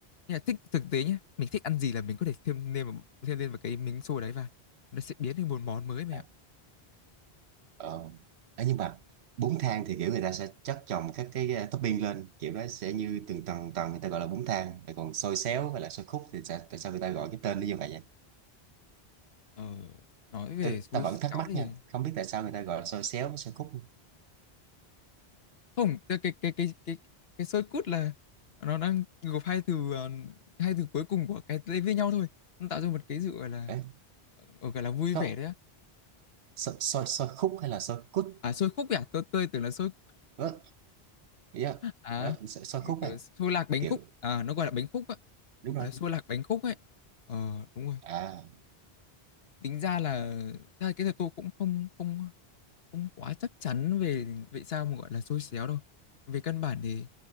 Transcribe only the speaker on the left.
như là thích thực tế nhé mình thích ăn gì là mình có thể thêm lên vào, thêm lên vào cái miếng xôi đấy và nó sẽ biến thành một món mới mẹ
ạ
ờ, nói về
xôi
xéo
thì
không cái cái cái cái cái, cái xôi cút là nó đang gộp hai từ ờ, hai từ cuối cùng của cái tên với nhau thôi nó tạo ra một cái sự gọi là
ờ, gọi là vui
vẻ đấy á
à xôi khúc ấy à tôi tôi tưởng là xôi
à
một
kiểu xôi lạc bánh
khúc à nó gọi là bánh khúc á
Gọi là xua lạc bánh khúc ấy. Ờ đúng rồi.
Tính ra là ra là cái thật tôi cũng không không không quá chắc chắn về vậy sao mà gọi là xôi xéo đâu. Về căn bản thì